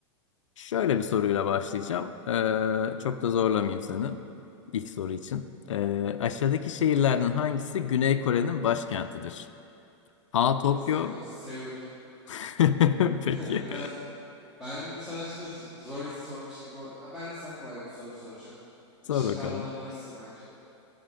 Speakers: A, on the left; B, in the centre.
A: Şöyle bir soruyla başlayacağım. Ee, çok da zorlamayayım seni ilk soru için. Ee, aşağıdaki şehirlerden hangisi Güney Kore'nin başkentidir? A. Tokyo.
B: Biraz daha kolay. Seul.
A: <laughs> Peki.
B: <laughs> Biraz Ben sana şimdi z- zor his sormuş gibi. o- Ha, Ben de sana kolay bir soru soracağım.
A: Sor
B: E, Şıklardan
A: bakalım.
B: anlarsın bence.